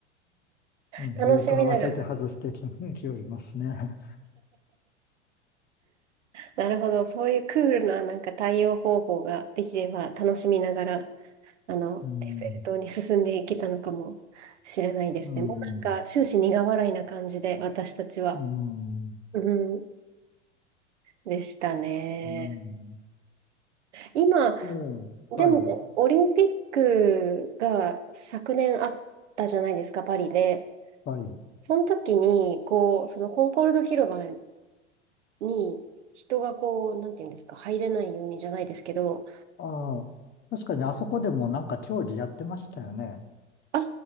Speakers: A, on the left (about 30°); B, on the right (about 75°).
A: うん、
B: 楽しみながら、
A: 言うと慌てて外してき、<laughs> きおりますね。
B: なるほど、そういうクールななんか対応方法ができれば、楽しみながら、あの、
A: うん、
B: エッフェル塔に進んでいけたのかもしれないですね。
A: うん、
B: もうなんか、終始苦笑いな感じで、私たちは。
A: うん、
B: うん、でしたね。
A: うん、
B: 今、
A: おうはい、
B: でも、オリンピックが昨年あったじゃないですか、パリで。
A: はい。
B: その時に、こう、そのコンコルド広場に人がこう、なんていうんですか、入れないようにじゃないですけど、
A: ああ、確かにあそこでもなんか競技やってましたよね。
B: あ、